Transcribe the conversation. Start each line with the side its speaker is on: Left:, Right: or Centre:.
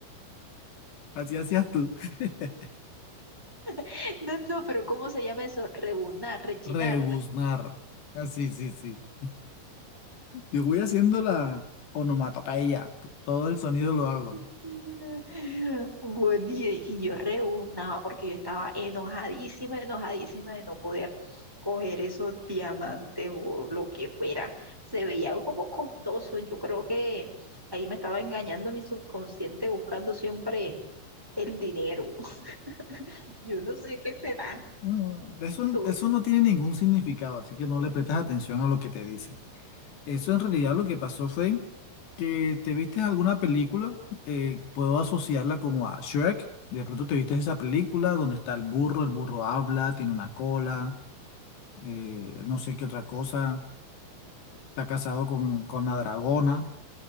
Left: Así hacías tú. <laughs>
Centre: <laughs> No, no, pero ¿cómo se llama eso? Rebunar, rechinar,
Left: Rebuznar. Así, sí, sí. sí. Yo voy haciendo la onomatopeya. t- Todo el sonido lo hago.
Centre: <laughs> Bueno, y, y yo rebuznaba porque yo estaba enojadísima, enojadísima de no poder coger esos diamantes o lo que fuera. Se veía algo como costoso. Yo creo que ahí me estaba engañando mi subconsciente buscando siempre el dinero. <laughs> Yo no sé qué será.
Left: Mm, Eso,
Centre: Tú-
Left: eso no tiene ningún significado, así que no le prestas atención a lo que te dicen. Eso en realidad lo que pasó fue que te viste alguna película, eh, puedo asociarla como a Shrek. De pronto te viste esa película donde está el burro, el burro habla, tiene una cola, eh, no sé qué otra cosa. está casado con, con la dragona.